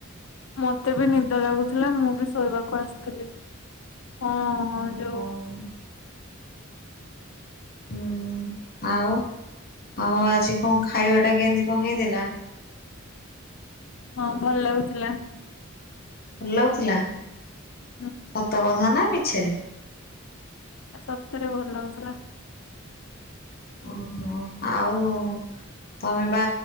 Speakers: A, on the left; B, on the left.
A: ମତେ ବି ନିଦ ଲାଗୁଥିଲା। ମୁଁ ବି ଶୋଇବାକୁ ଆସିଥିଲି। ହଁ,
B: ମୁଁ
A: ଯଉ।
B: କଣ ହୁଁ, ଆଉ ଆଉ, ଆଜି କଣ ଖାଇବା ଟା, କେଁତି କଣ ହେଇଥିଲା?
A: ହଁ, ଭଲ ଲାଗୁଥିଲା।
B: ଭଲ ଲାଗୁଥିଲା।
A: ହୁଁ।
B: ସତ କଥା ନା ମିଛରେ!
A: ଆ, ସତରେ ଭଲ ଲାଗୁଥୁଲା।
B: ଓହୋ! ଆଉ ତମେ ବା,